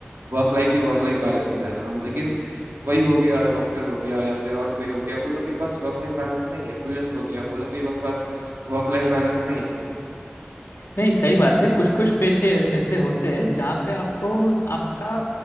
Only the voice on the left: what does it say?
नहीं सही बात है कुछ कुछ पेशे ऐसे होते हैं जहाँ पे आपको आपका